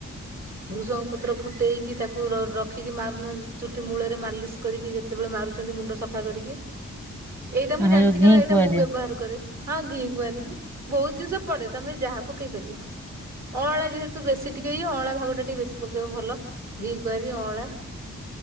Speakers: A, on the right; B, on the right.
A: ଭୃସଙ୍ଗ ପତ୍ର ଫୁଟେଇକି ତାକୁ ରଖିକି ମାରୁନାହାନ୍ତି ଚୁଟି ମୂଳରେ ମାଲିଶ କରିକି ଯେତେବେଳେ ମାରୁଚନ୍ତି ମୁଣ୍ଡ ସଫା କରିକି ଏଇଟା
B: ଧଳା
A: ମୁଁ ଜାଣିଚି
B: ଯୋଉ ଘି
A: କାରଣ ଏଇଟା
B: କୁଆଁରିଆ
A: ମୁଁ ବ୍ୟବହାର ଏ ହଁ ଘି କୁଆଁରି ବି ବହୁତ ଜିନିଷ ପଡେ ତମେ ଯାହା ପକେଇ ପାରିବ। ଅଁଳା ଯେହେତୁ ବେଶୀ ଟିକେ ଇଏ ଅଁଳା ଭାଗ ଟା ଟିକେ ବେଶୀ ପକେଇବ ଭଲ ଘି କୁଆର ଅଁଳା।